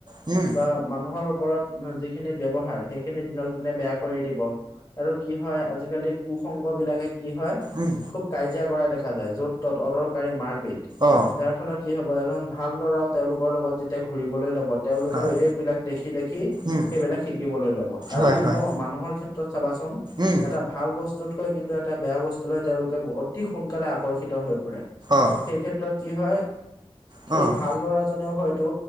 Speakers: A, on the right; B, on the left.
A: উম
B: বা মানুহৰ ওপৰত যিখিনি ব্যৱহাৰ সেইখিনি দিনক দিনে বেয়া কৰি দিব আৰু কি হয় আজিকালি কুসংগ বিলাকে কি হয়
A: উম
B: খুব কাজিয়া কৰা দেখা যায় য'ত ত'ত অদৰকাৰী মাৰপিত
A: অ
B: যাৰ ফলত কি হব এজন ভাল ল'ৰাও তেওঁলোকৰ লগত যেতিয়া ঘুৰিবলৈ লব তেওঁলোকেও
A: হয়
B: এইবিলাক দেখি দেখি সেইবিলাক
A: উম
B: শিকিবলৈ লব আৰু
A: হয়
B: এনেও
A: হয়
B: মানুহৰ ক্ষেত্ৰত চাবাচোন
A: উম
B: এটা ভাল বস্তুতকৈ কিন্তু এটা বেয়া বস্তু লৈ তেওঁলোকে অতি সোনকালে আকৰ্ষিত হৈ পৰে সেই
A: অ
B: ক্ষেত্ৰত কি হয় সেই
A: বহুত
B: ভাল ল'ৰাজনেও হয়তো